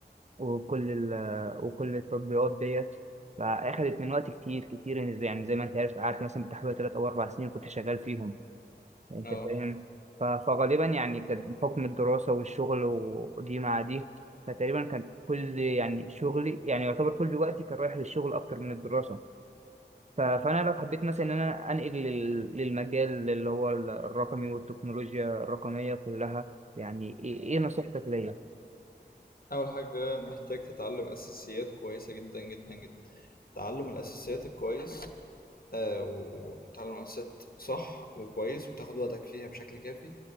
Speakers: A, on the right (about 40°); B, on the left (about 55°).
A: وكل ال... وكل التطبيقات ديت فأخدت من وقت كتير كتير يعني زي ما أنت عارف قعدت مثلا بتحوالي تلات أو أربع سنين كنت شغال فيهم انت
B: اه
A: فاهم ف- فغالبا يعني كانت بحكم الدراسة والشغل ودي مع دي فتقريبا كان كل يعني شغلي يعني يعتبر كل وقتي كان رايح للشغل أكتر من الدراسة ف- فأنا لو حبيت مثلا إن أنا أنقل لل- للمجال اللي هو الرقمي والتكنولوجيا الرقمية كلها يعني إيه إيه نصيحتك ليا؟
B: أول حاجة محتاج تتعلم أساسيات كويسة جدا جدا جدا تعلم الأساسيات الكويس آه و- وتعلم الأساسيات صح وكويس وتاخد وقتك فيها بشكل كافي